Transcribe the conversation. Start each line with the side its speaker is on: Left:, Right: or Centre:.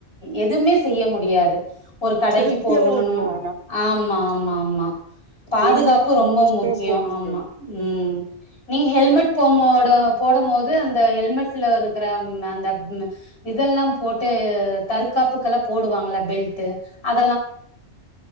Left: எதுவுமே செய்ய முடியாது ஒரு கடைக்கு
Right: சேஃப்டியா
Left: போகணுன்னு
Right: ஓட்டணு ஆனா
Left: ஆமா ஆம ஆமா ஆமா பாதுகாப்பு
Right: ஹெல்மெட்
Left: ரொம்ப
Right: மோஸ்டா
Left: முக்கியோ
Right: போடணு
Left: ஆமா
Right: தோழி
Left: உம் நீங்க ஹெல்மெட் போம்போட போடம் போது அந்த ஹெல்மெட்ல இருக்குற அந்த இதெல்லா போட்டு தற்காப்புக்கல்லா போடுவாங்கள பெல்ட்டு அப்